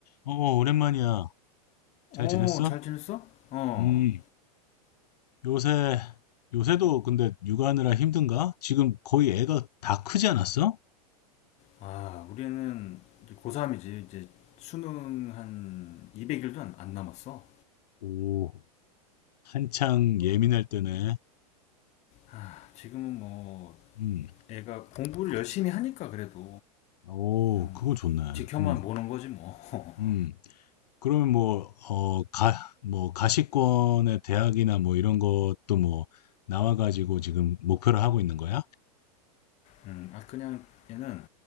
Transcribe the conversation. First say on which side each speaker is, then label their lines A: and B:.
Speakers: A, on the left; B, on the left.
A: 어, 어, 오랜만이야.
B: 어,
A: 잘 지냈어?
B: 잘 지냈어? 어.
A: 음, 요새, 요새도 근데 육아하느라 힘든가? 지금 거의 애가 다 크지 않았어?
B: 아, 우리는 이제 고3이지. 이제 수능 한 200일도 안, 안 남았어.
A: 오, 한창 예민할 때네.
B: 아, 지금은 뭐
A: 음,
B: 애가 공부를 열심히 하니까 그래도
A: 오,
B: 그냥
A: 그거
B: 뭐
A: 좋네.
B: 지켜만
A: 음,
B: 보는 거지 뭐. <laughs>
A: 음. 그러면 뭐, 어, 가, 뭐, 가시권의 대학이나 뭐 이런 것도 뭐, 나와가지고 지금 목표를 하고 있는 거야?
B: 음, 아 그냥 얘는